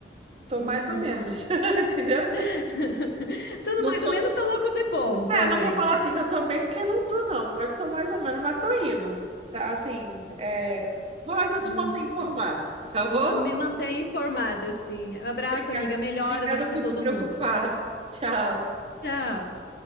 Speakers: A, on the right (about 35°); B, on the left (about 60°).
A: tô
B: Uhum.
A: mais ou menos, <laughs> entendeu?
B: <laughs> Tudo
A: Não
B: mais
A: tô,
B: ou menos tá louco de bom também,
A: É, não vou falar
B: né?
A: assim que eu tô bem, porque não tô, não, mas tô mais ou menos, mas tô indo. Tá, assim, é... vou- mas eu
B: Uhum.
A: te manter informada, tá bom?
B: Me mantém informada, sim. Abraço,
A: Obrigada.
B: amiga. Melhoras
A: Obrigada
B: aí pra
A: por
B: todo
A: se preocupar.
B: mundo.
A: <laughs> Tchau.
B: Tchau.